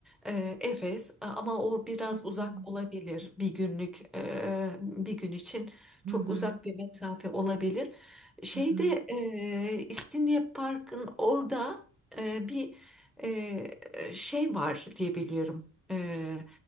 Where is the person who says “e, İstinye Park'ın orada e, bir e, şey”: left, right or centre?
Centre